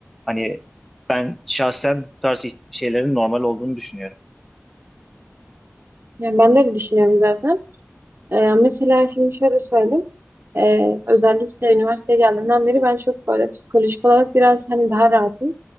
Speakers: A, in the centre; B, on the right.
A: Hani ben şahsen bu tarz şeylerin normal olduğunu düşünüyorum.
B: Yani ben de öyle düşünüyorum zaten. Ee, mesela şimdi şöyle söyleyeyim. Ee, özellikle üniversiteye geldiğimden beri ben çok böyle psikolojik olarak biraz hani daha rahatım.